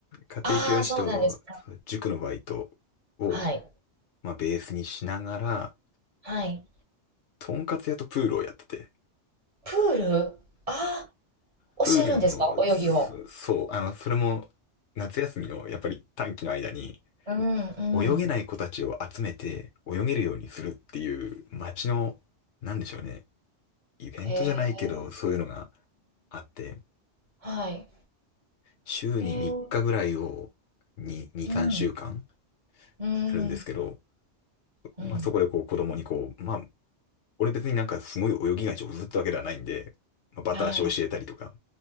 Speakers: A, on the left (about 75°); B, on the right (about 35°).
A: 家庭教師とそう塾のバイト
B: ああ、そうなんですか。
A: を、
B: はい。
A: まあ、ベースにしながら、
B: はい。
A: とんかつ屋とプールをやってて、
B: プールああ
A: プールの、
B: 教えるんですか泳ぎを。
A: そそう、あの、それも夏休みのやっぱり短期の間に、
B: うん、うん。
A: 泳げない子たちを集めて泳げるようにするっていう街の、なんでしょうね、イベントじゃないけど、
B: へえ。
A: そういうのがあって、
B: はい。
A: 週に3日ぐらいを2、
B: へえ。
A: 2、
B: うん、
A: 3週間
B: うん、
A: やるんですけど、
B: うん。
A: まあそこでこう子供にこう、まあ、俺別になんかすごい泳ぎが上手ってわけではないんで、まあ、バタ足を教えたりとか、
B: はい。